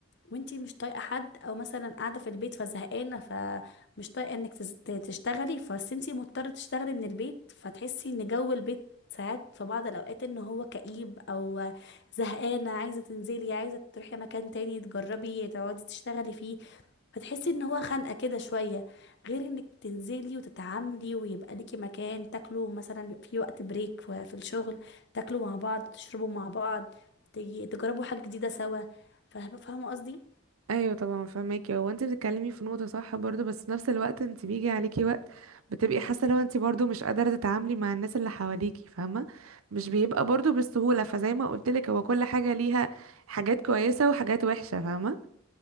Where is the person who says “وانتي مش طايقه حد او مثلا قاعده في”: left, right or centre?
Left